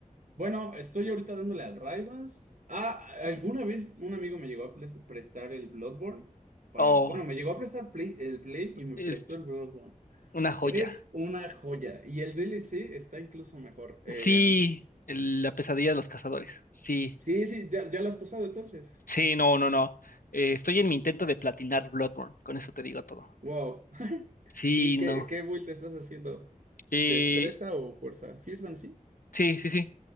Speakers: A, on the right (about 65°); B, on the left (about 90°).
A: bueno, estoy ahorita dándole al Raivas. Ah, alguna vez un amigo me llegó a pres- prestar el Bloodborne para.
B: Oh...
A: Bueno, me llegó a prestar Play- el Play y me
B: el
A: prestó el Bloodborne.
B: Una joya.
A: Es una joya y el DLC está incluso mejor. Eh,
B: Sí, el- la pesadilla de los cazadores. Sí,
A: sí, sí, ya, ya lo has pasado entonces.
B: sí, no, no, no. Eh, estoy en mi intento de platinar Bloodborne, con eso te digo todo.
A: Wow. <laughs>
B: Sí,
A: ¿Y qué,
B: no.
A: qué build te estás haciendo?
B: Eh,
A: ¿Destreza o fuerza? ¿Sí están así?
B: sí, sí, sí.